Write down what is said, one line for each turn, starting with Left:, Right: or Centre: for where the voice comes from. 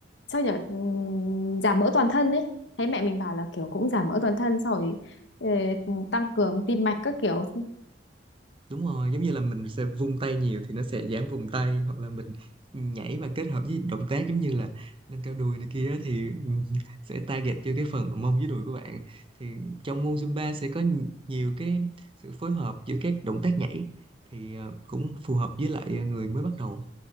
Left: sao nhở Ừm, giảm mỡ toàn thân đấy thấy mẹ mình bảo là kiểu cũng giảm mỡ toàn thân xong rồi ờ, tăng cường tim mạch các kiểu
Right: đúng rồi giống như là mình sẽ vung tay nhiều thì nó sẽ giảm vùng tay hoặc là mình nhảy mà kết hợp với động tác giống như là nâng cao đùi này kia á thì ừm, sẽ target cho cái phần mông với đùi của bạn thì trong môn Zumba sẽ có nhi- nhiều cái sự phối hợp giữa các động tác nhảy thì ờ, cũng phù hợp với lại ờ, người mới bắt đầu